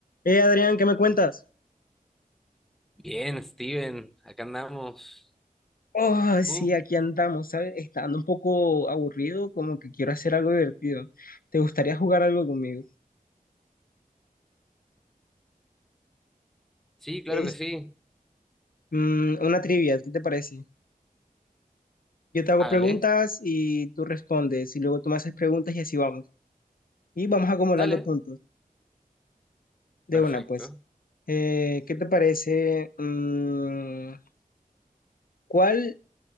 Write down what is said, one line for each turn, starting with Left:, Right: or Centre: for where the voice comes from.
Left: Eh, Adrián, ¿qué me cuentas?
Centre: Bien, Steven, acá andamos.
Left: Oh,
Centre: ¿Tú?
Left: sí, aquí andamos, ¿sabes? Está dando un poco aburrido, como que quiero hacer algo divertido. ¿Te gustaría jugar algo conmigo?
Centre: Sí, claro
Left: ¿Qué es?
Centre: que sí.
Left: Mm, una trivia, ¿qué te parece? Yo te hago
Centre: Hágale,
Left: preguntas y tú respondes, y luego tú me haces preguntas y así vamos. Y vamos acumulando
Centre: dale.
Left: puntos de
Centre: Perfecto.
Left: una, pues. Eh, ¿qué te parece? Mm, ¿cuál,